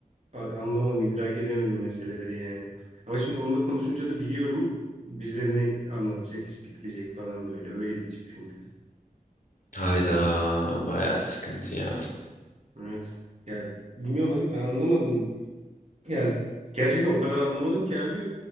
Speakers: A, on the right (about 50°); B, on the left (about 65°).
A: a- anlamadım, idrak edemedim meseleleri yani. Ama şimdi onunla konuşunca da biliyorum birilerine anlatacak, ispitleyecek falan böyle. Öyle bir tip çünkü.
B: Hayda baya sıkıntı ya.
A: Evet. Ya bilmiyorum aga ben anlamadım. Ya gerçekten o kadar anlamadım ki abi.